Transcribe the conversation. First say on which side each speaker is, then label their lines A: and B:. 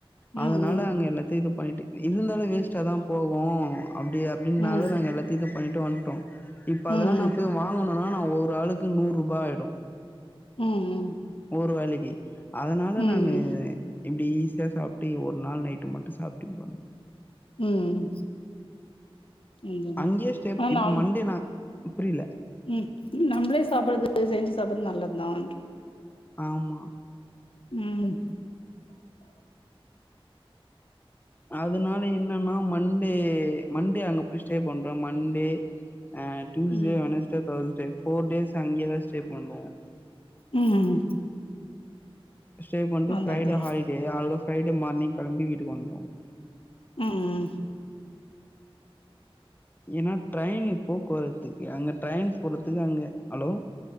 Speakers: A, on the left; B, on the left.
A: ம்
B: அதனால
A: ம்
B: அங்க எல்லாத்தையும் இது பண்ணிட்டு இருந்தாலும் வேஸ்டாதான் போவோ அப்டி அப்டின்னால
A: ம்
B: நாங்க எல்லாத்தையும் இது பண்ணிட்டு வந்துட்டோ இப்ப அதெல்லாம்
A: ம்
B: ந போய் வாங்கணும்னா நான் ஒரு ஆளுக்கு நூறுரூபா ஆயிடும்
A: ம் ம்
B: ஒரு வேலைக்கு அதனால
A: ம்
B: நானு இப்டி ஈஸியா சாப்டு ஒரு நாள் நைட்டு மட்டும் சாப்ட்டுபன்
A: ம் அதுதா
B: அங்கேயே ஸ்டேப்
A: ஆ
B: இப்போ
A: நாம்
B: மண்டே நான் புரியல
A: ம் நம்பளே சாப்பாடுது செஞ்சு சாப்டறது நல்லதுதான்
B: ஆமா
A: ம்
B: அதனால என்னென்னா மண்டே மண்டே அங்க போய் ஸ்டே பண்றோ மண்டே ஆ டியூஸ்டே
A: ம்
B: வெனஸ்டே தேர்ஸ்டே ஃபோர் டேஸ் அங்கயே தா ஸ்டே பண்ணுவோ
A: ம்
B: ஸ்டே பண்ணிடு
A: அதா
B: ஃப்ரைடே
A: அதா
B: ஹாலிடே வா ஃப்ரைடே மார்னிங் கெளம்பி வீட்டுக்கு வந்துருவே
A: ம் ம்
B: ஏனா ட்ரெயின் இப்போ போத்துக்கு அங்க ட்ரெயின் போறதுக்கு அங்கே ஹலோ